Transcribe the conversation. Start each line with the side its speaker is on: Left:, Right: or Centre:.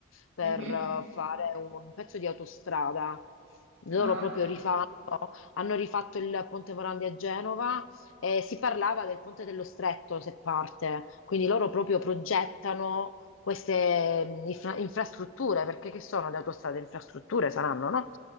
Left: per
Right: Mhm.
Left: eh, fare un pezzo di autostrada. Loro
Right: Ah,
Left: proprio
Right: ok.
Left: rifanno, hanno rifatto il Ponte Morandi a Genova e si parlava del Ponte dello Stretto, se parte. Quindi loro proprio progettano queste mh, infra- infrastrutture, perché che sono le autostrade? Infrastrutture saranno, no?